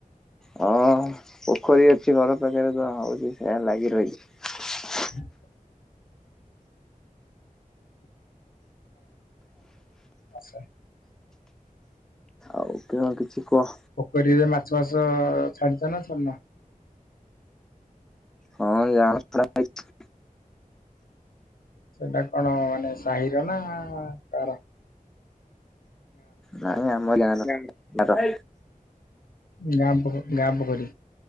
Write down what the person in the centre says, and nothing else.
ହଁ ପୋଖରୀ ଅଛି ଘର ପାଖରେ ତ ହଉଛି ସେ ଲାଗି ରହିଛି
ଆଉ କେଅ କିଛି କୁହ
ହଁ <inaudible> ଛଡାଯାଇଛି।
ନାଁ ଆମ ଗାଁ ର ନାଟ।